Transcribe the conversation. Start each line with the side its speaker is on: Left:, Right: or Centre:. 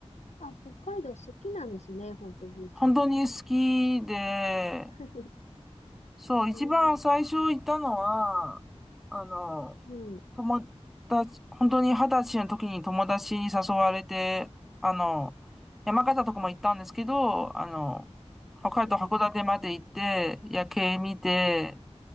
Left: あ、北海道好きなんですね、本当ゆいさん。
Centre: 本当に好きで、
Left: <laughs>
Centre: そう、
Left: ええ
Centre: 一番最初行ったのは、あの、
Left: うん、
Centre: 友達、本当に二十歳の時に友達に誘われて、あの、山形とかも行ったんですけど、あの、北海道函館まで行って、
Left: うん、
Centre: 夜景見て、